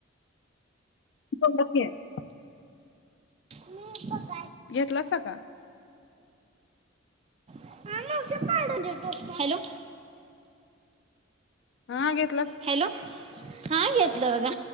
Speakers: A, on the left; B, on the right.
A: <unintelligible>
B: <inaudible>
A: घेतला सा का?
B: हा मावशी हॅलो
A: हा घे
B: हॅलो हा घे ल बघा